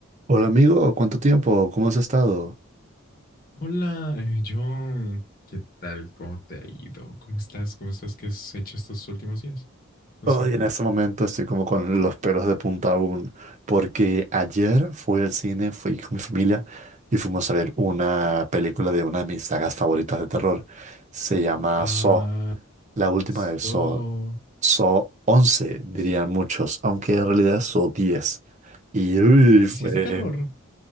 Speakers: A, on the right; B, on the left.
A: Hola amigo, ¿cuánto tiempo? ¿Cómo has estado?
B: Hola, eh, John. ¿Qué tal? ¿Cómo te ha ido? ¿Cómo estás? ¿Cómo estás? ¿Qué has hecho estos últimos días? No
A: Hoy
B: sé.
A: en este momento estoy como con los pelos de punta aún, porque ayer fui al cine, fui con mi familia y fuimos a ver una película de una de mis sagas favoritas de terror. Se llama
B: Ah,
A: Saw, la última
B: so...
A: de Saw. Saw once dirían
B: hici-
A: muchos, aunque en realidad es Saw diez Y uy,
B: ¿Hiciste
A: fue
B: terror?